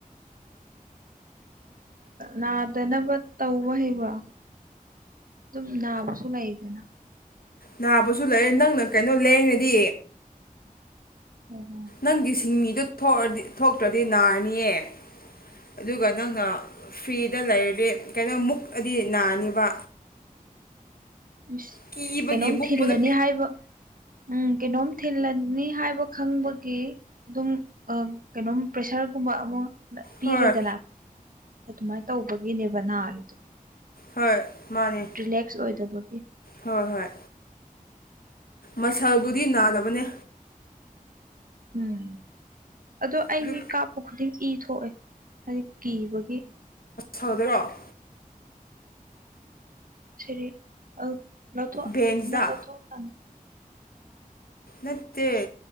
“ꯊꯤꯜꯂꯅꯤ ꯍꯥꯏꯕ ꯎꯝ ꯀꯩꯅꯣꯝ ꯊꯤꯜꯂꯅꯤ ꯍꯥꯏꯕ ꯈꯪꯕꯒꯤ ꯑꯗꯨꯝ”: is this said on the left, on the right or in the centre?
Right